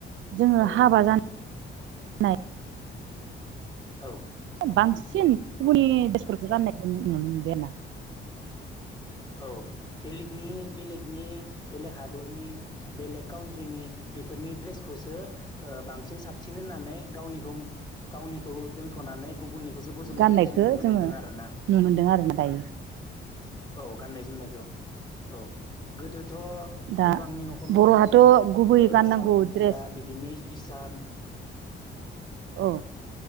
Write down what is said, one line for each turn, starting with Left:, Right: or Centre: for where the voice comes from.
Right: जोङो
Left: औ
Right: हाबा जानो नाय
Left: औ
Right: बांसिन गुबुननि
Left: औ
Right: द्रेसफोरखौ गाननाय जों नुनो मोनबाय आरोना।
Left: औ बेलेगनि बेलेगनि बेलेग हादरनि बेलेग काउन्ट्रिनि बेफोरनि ड्रेसखौसो ओ बांसिन साबसिन होननानै गावनिखौ गावनिखौ दोनथ'नानै नानै गुबुननिखौसो बोजोबनायखौ
Right: गाननायखौ
Left: जों नुनो
Right: जोङो
Left: मोनदों
Right: नुनो
Left: आरोना।
Right: मोनदों आरोना दायो
Left: औ गाननाय जोमनायखौ औ गोदो थ'
Right: दा
Left: गोबांनि न'खर न'खरावनो
Right: बर'हाथ' गुबै
Left: ओ
Right: गाननांगौ
Left: साल खुन्थिया
Right: द्रेस
Left: बिदिनो इसान
Right: औ